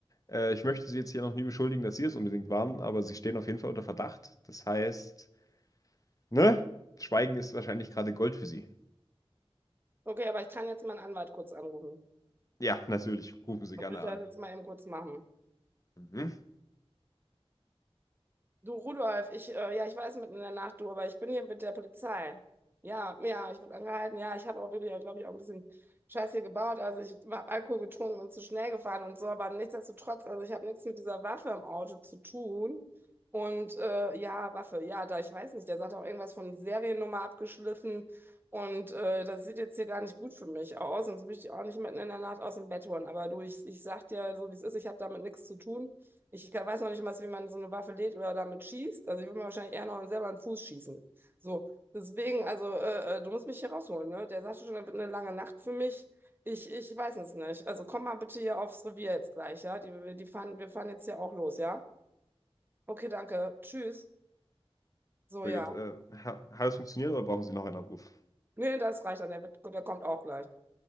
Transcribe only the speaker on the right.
Okay, aber ich kann jetzt meinen Anwalt kurz anrufen.
Dann
würde ich das
jetzt mal eben kurz machen.
Du Rudolf, ich, äh, ja, ich weiß mitten in der Nacht, du, aber ich bin hier mit der Polizei. Ja, ja, ich wurde angehalten. Ja, ich habe auch wirklich, glaube ich, auch ein bisschen Scheiß hier gebaut. Also ich habe Alkohol getrunken und zu schnell gefahren und so, aber nichtsdestotrotz, also ich habe nichts mit dieser Waffe im Auto zu tun. Und äh, ja, Waffe, ja, da ich weiß nicht, der sagt auch irgendwas von Seriennummer abgeschliffen und äh, das sieht jetzt hier gar nicht gut für mich aus und so will ich auch nicht mitten in der Nacht aus dem Bett holen. Aber du, ich, ich sag dir so, wie es ist, ich habe damit nichts zu tun. Ich kann- weiß noch nicht mal, wie man so eine Waffe lädt oder damit schießt. Also ich würde mir wahrscheinlich eher noch selber einen Fuß schießen. So, deswegen, also äh, äh, du musst mich hier rausholen, ne? Der sagte schon, das wird eine lange Nacht für mich. Ich, ich weiß es nicht. Also komm mal bitte hier aufs Revier jetzt gleich, ja? Die, die fahren, wir fahren jetzt hier auch los, ja? Okay, danke. Tschüss. So,
ja.
Nee, das reicht dann. Der, wird, der kommt auch gleich.